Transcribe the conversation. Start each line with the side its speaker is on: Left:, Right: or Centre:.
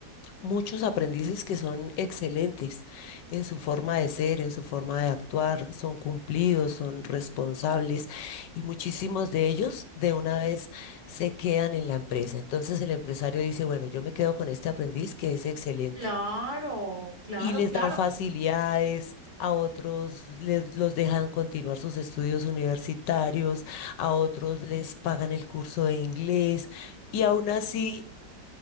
Left: muchos aprendices que son excelentes en su forma de ser, en su forma de actuar, son cumplidos, son responsables y muchísimos de ellos de una vez se quedan en la empresa. Entonces el empresario dice, bueno, yo me quedo con este aprendiz que es excelente.
Right: Claro, claro,
Left: y les
Right: claro.
Left: dan facilidades. A otros les, los dejan continuar sus estudios universitarios, a otros les pagan el curso de inglés y aún así